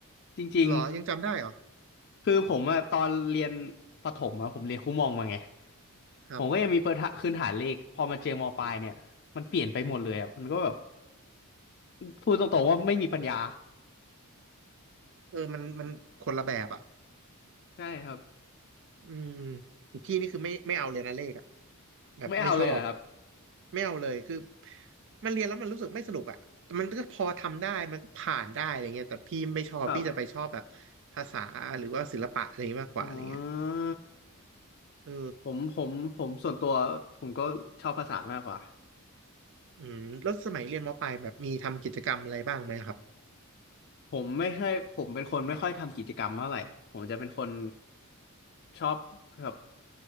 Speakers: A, on the left; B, on the right.
A: จริง
B: เหรอยังจำได้เหรอ
A: ๆคือผมอะตอนเรียนประถมอะผมเรียนครูมองมาไง
B: ครับ
A: ผมก็ยังมีเปิดคื้นฐานเลขพอมาเจอมปลายเนี่ยมันเปลี่ยนไปหมดเลยอะมันก็แบบพูดตรงๆว่าไม่มีปัญญา
B: เออมันมันคนละแบบอ่ะ
A: ใช่ครับ
B: อืมพี่นี่คือไม่ไม่เอาเลยนะเลขอ่ะแบบไม่ชอบ
A: ไม่เอาเลยเหรอครับ
B: ไม่เอาเลยคือมันเรียนแล้วมันรู้สึกไม่สนุกอ่ะมันก็พอทำได้มันก็ผ่านได้อะไรเงี้ยแต่พี่ไม่ชอบพี่จะไปชอบแบบ
A: ครับ
B: ภาษาหรือว่าศิลปะอะไรองี้ยมากกว่าอะไรเงี้ย
A: อ่า
B: เออ
A: ผมผมผมส่วนตัวผมก็ชอบภาษามากกว่า
B: อืมแล้วสมัยเรียนมปลายแบบมีทำกิจกรรมอะไรบ้างไหมครับ
A: ผมไม่ใช่ผมเป็นคนไม่ค่อยทำกิจกรรมเท่าไหร่ผมจะเป็นคนชอบแบบ